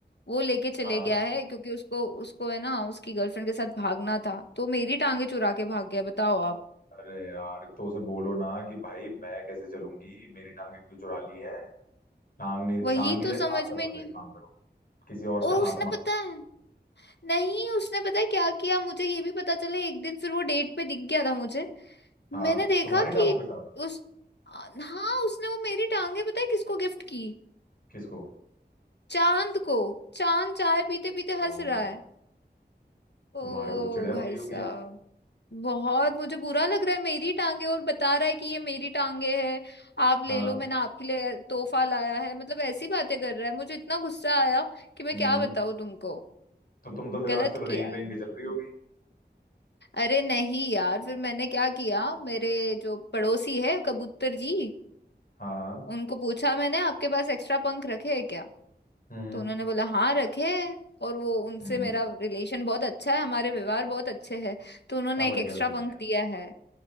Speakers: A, on the left (about 75°); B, on the left (about 55°).
A: वो लेके चले
B: हाँ
A: गया है क्योंकि उसको उसको है ना उसकी गर्लफ्रेंड के साथ भागना था तो मेरी टांगे चुरा के भाग गया बताओ आप
B: अरे यार तो उसे बोलो ना कि भाई मैं कैसे चलूंगी मेरी टांगे क्यों चुरा ली हैं टांग नहीं
A: वही
B: टांग की
A: तो
B: जगह
A: समझ
B: हाथ लगवा
A: में नहीं
B: लो एक काम करो किसी और से
A: और उसने
B: हाथ मांग
A: पता है नहीं उसने पता है क्या किया मुझे ये भी पता चला एक दिन फिर वो डेट पे दिख गया था मुझे
B: हाँ
A: मैंने देखा
B: तुम्हारी
A: कि
B: टांगों के साथ
A: उस आ, हाँ उसने वो मेरी टांगे पता है किसको गिफ्ट की
B: किसको
A: चांद को चांद चाय पीते पीते
B: ओ
A: हंस रहा है ओ
B: तुम्हारे को तो चिड़न
A: भाई
B: हो रही होगी
A: साहब
B: यार
A: बहुत मुझे बुरा लग रहा है मेरी टांगे और बता रहा है कि ये मेरी टांगे है आप ले
B: हाँ
A: लो मैंने आपके लिए तोहफा लाया है मतलब ऐसी बातें कर रहा है मुझे इतना गुस्सा आया कि मैं
B: हम्म
A: क्या बताऊं तुमको
B: तो तुम तो फिर
A: गलत
B: आजकल
A: किया
B: रेंग
A: है
B: रेंग के चल रही होगी
A: अरे नहीं यार फिर मैंने क्या किया मेरे जो पड़ोसी है कबूतर जी
B: हाँ हाँ
A: उनको पूछा मैंने आपके पास एक्स्ट्रा पंख रखे हैं क्या
B: हम्म
A: तो उन्होंने बोला हाँ रखे हैं और वो उनसे
B: हम्म
A: मेरा रिलेशन बहुत अच्छा है हमारे व्यवहार बहुत अच्छे हैं तो उन्होंने
B: समझ
A: एक
B: गया
A: एक्स्ट्रा
B: समझ
A: पंख
B: गया
A: दिया है